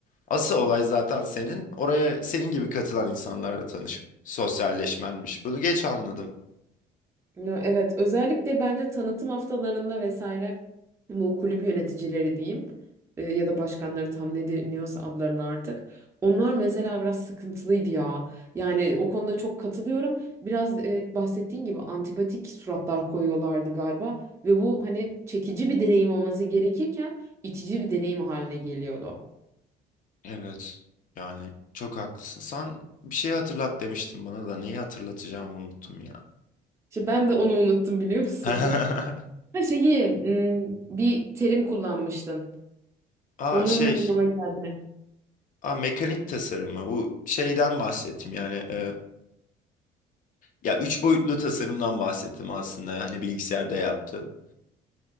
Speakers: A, on the left; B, on the right.
A: asıl olay zaten senin oraya senin gibi katılan insanlarla tanışıp sosyalleşmenmiş. Bunu geç anladım.
B: Ya Evet, özellikle bence tanıtım haftalarında vesaire bu kulüp yöneticileri diyeyim e, ya da başkanları tam ne deniyorsa adlarına artık. Onlar mesela biraz sıkıntılıydı ya. Yani o konuda çok katılıyorum. Biraz e, bahsettiğin gibi antipatik suratlar koyuyorlardı galiba ve bu hani çekici bir deneyim olması gerekirken itici bir deneyim haline geliyordu.
A: Evet. Yani çok haklısın. Sen bir şey hatırlat demiştin bana da neyi hatırlatacağımı unuttum ya.
B: İşte ben de onu unuttum biliyor musun?
A: <laughs>
B: <laughs> Her şeyi m, bir terim kullanmıştın.
A: Aa
B: Onun
A: şey,
B: ne anlama geldiğini.
A: aa mekanik tasarımı bu şeyden bahsettim yani e, ya üç boyutlu tasarımdan bahsettim aslında hani bilgisayarda yaptığım.